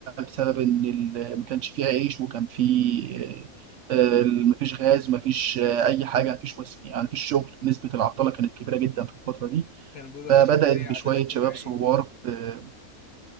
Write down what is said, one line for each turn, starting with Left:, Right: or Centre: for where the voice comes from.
Right: بسبب إن ال- ما كانش فيه عيش وكان فيه آه، آه، مفيش غاز مفيش آه، أي حاجة مفيش وس... يعني مفيش شغل نسبة العطلة كانت كبيرة جدا في الفترة دي
Left: كانوا بيقولوا
Right: فبدأت
Left: ايش حرية
Right: بشوية
Left: عدالة اجتماعية
Right: شباب ثوار آه،